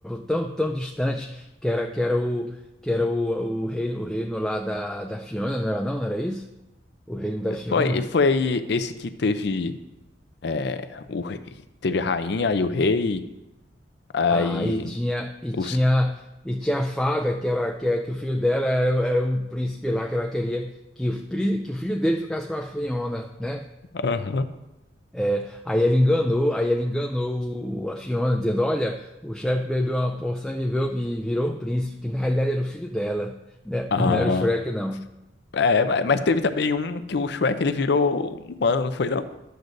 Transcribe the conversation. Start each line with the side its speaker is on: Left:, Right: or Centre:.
Centre: tão, tão distante que era, que era o que era o, o reino, o reino lá da, da Fiona, não era não? Não era isso? O reino da Fiona.
Left: Foi, foi esse que teve. É, o rei, teve a rainha e o rei, aí
Centre: Ah, e tinha e tinha
Left: os.
Centre: e tinha a fada que era que, era- que o filho dela era, era um príncipe lá que ela queria que o, pri- que o filho dele ficasse com a Fiona, né?
Left: Aham.
Centre: É, aí ele enganou, aí ele enganou o- a Fiona, dizendo: Olha, o Shrek bebeu uma porção e viveu e virou um príncipe, que na realidade era o filho dela, né?
Left: Ah,
Centre: <laughs> Não era o Shrek, não.
Left: é, ma- mas teve também um que o Shrek ele virou um humano, não foi não?